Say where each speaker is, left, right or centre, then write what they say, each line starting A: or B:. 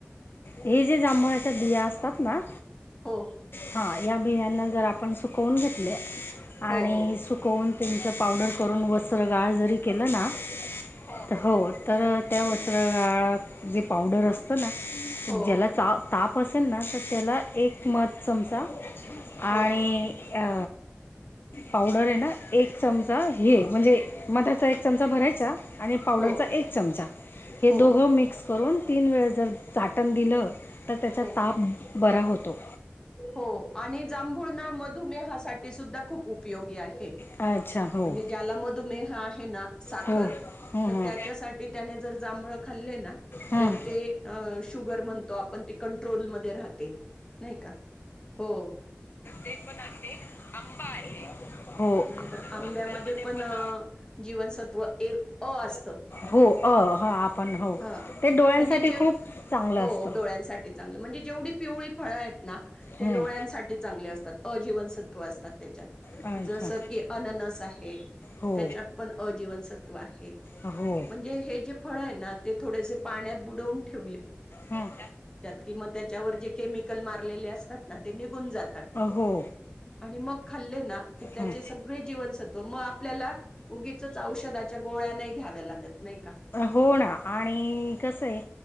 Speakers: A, on the left; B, on the left.
A: हे जे जांभळाच्या बिया असतात ना
B: हो.
A: हा, या बियाना जर आपण सुकवून घेतले आणि
B: हो हो
A: कोन त्यांचं पावडर करून, वस्त्र गाळ जरी केलं ना तर हो तर त्या वस्रगाळात, जे पावडर असतं ना
B: हो
A: ज्याला चा ताप असेल ना, तर त्याला एक मध चमचा
B: हो
A: आणि अ. पावडर आहे ना एक चमचा हे म्हणजे, मधाचा एक चमचा भरायचा आणि पावडरचा
B: हो
A: एक चमचा, हे
B: हो
A: दोघं मिक्स करून तीन वेळ जर चाट टण दिलं तर त्याचा
B: हो
A: ताप बरा होतो.
B: हो, आणि जांभूळना मधुमेहासाठी सुद्धा खूप उपयोगी आहे.
A: अच्छा. हो
B: म्हणजे ज्याला मधुमेह आहे ना साखर,
A: हो हं,
B: तर
A: हं.
B: त्याच्यासाठी त्याने जर जांभळं खाल्ले ना
A: हं.
B: तर ते अ शुगर म्हणतो आपण ते कंट्रोलमध्ये राहते, नाही का? हो.
A: ते पण आहे आंबा आहे, हो
B: नंतर
A: आंब्यामध्ये पण
B: अ जीवनसत्व ए अ असत
A: हो अ हो आपण हो
B: हा
A: ते, डोळ्यांसाठी
B: म्हणजे जे
A: खूप चांगलं
B: हो
A: असतं
B: डोळ्यांसाठी चांगली म्हणजे, जेवढी पिवळी फळं आहेत. ना ते
A: हं,
B: डोळ्यांसाठी चांगले असतात, अजीवनसत्व असतात त्याच्यात
A: अच्छा
B: जसं की अननस आहे.
A: हो
B: त्याच्यात पण अजीवनसत्व, आहे म्हणे
A: हो
B: म्हणजे हे जे फळ आहे, ना ते थोडेसे पाण्यात बुडवून. टा त्या
A: हं,
B: कि त्यामल म. ले असतात ना, ते निघून जातात.
A: हो.
B: आणि मग खाल्ले ना की त्याचे
A: हं.
B: सगळे जीवनसत्व, मग आपल्याला उगीचच औषधाच्या गोळ्या नाही, घ्याव्या लागत नाही का?
A: होणार आणि कसं आहे.